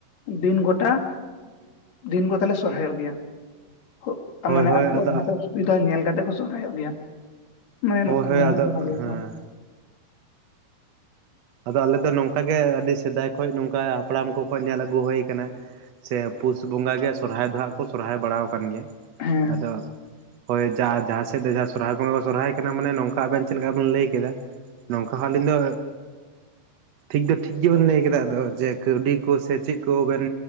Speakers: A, on the left (about 55°); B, on the right (about 70°).
A: ᱫᱤᱱ ᱜᱚᱴᱟ ᱫᱤᱱ ᱜᱚᱛᱟᱞᱮ ᱥᱚᱨᱦᱟᱭᱚᱜ ᱜᱮᱭᱟ᱾ <unintelligible>
B: ᱦᱳᱭ
A: ᱢᱟᱱᱮ
B: ᱦᱳᱭ
A: ᱟᱠᱚᱣᱟᱜ
B: ᱟᱫᱚ
A: ᱡᱟᱦᱟᱸᱴᱟᱜ ᱥᱩᱵᱤᱫᱷᱟ ᱧᱮᱞ ᱠᱟᱛᱮ ᱠᱚ ᱥᱚᱨᱦᱟᱭᱚᱜ ᱜᱮᱭᱟ᱾ ᱢᱟᱱᱮ ᱱᱚᱜ
B: ᱦᱳᱭ ᱦᱳᱭ
A: ᱱᱚᱣᱟ
B: ᱟᱫᱚ
A: ᱦᱚᱸ ᱠᱚ <unintelligible> ᱠᱚᱣᱟ᱾
B: ᱦᱮᱸ ᱟᱫᱚ ᱟᱞᱮ ᱫᱚ ᱱᱚᱝᱠᱟ ᱜᱮ ᱟᱹᱰᱤ ᱥᱮᱫᱟᱭ ᱠᱷᱚᱡ ᱱᱚᱝᱠᱟ ᱦᱟᱯᱲᱟᱢ ᱠᱚ ᱠᱚ ᱧᱮᱞ ᱟᱹᱜᱩ ᱦᱳᱭ ᱟᱠᱟᱱᱟ᱾ ᱪᱮ ᱯᱩᱥ ᱵᱚᱸᱜᱟ ᱜᱮ ᱥᱚᱨᱦᱟᱭ ᱫᱚ ᱦᱟᱸᱜ ᱠᱚ ᱥᱚᱨᱦᱟᱭ ᱵᱟᱲᱟᱣ ᱠᱟᱱ ᱜᱮᱭᱟ,
A: ᱦᱮᱸ
B: ᱟᱫᱚ ᱦᱳᱭ ᱡᱟᱦᱟ ᱥᱮᱫ ᱫᱚ ᱥᱚᱨᱦᱟᱭ ᱵᱚᱸᱜᱟ ᱠᱚ ᱥᱚᱨᱦᱟᱭ ᱠᱟᱱᱟ᱾ ᱢᱟᱱᱮ ᱱᱚᱝᱠᱟ ᱟᱵᱮᱱ ᱪᱮᱫ ᱞᱮᱠᱟ ᱵᱮᱱ ᱞᱟᱹᱭ ᱠᱮᱫᱟ᱾ ᱱᱚᱝᱠᱟ ᱦᱚᱸ ᱟᱹᱞᱤᱧ ᱫᱚ ᱴᱷᱤᱠ ᱫᱚ ᱴᱷᱤᱠ ᱜᱮᱵᱚᱱ ᱞᱟᱹᱭ ᱠᱮᱫᱟ ᱟᱫᱚ ᱡᱮ ᱠᱟᱹᱣᱰᱤ ᱠᱚ ᱥᱮ ᱪᱮᱫ ᱠᱚᱵᱮᱱ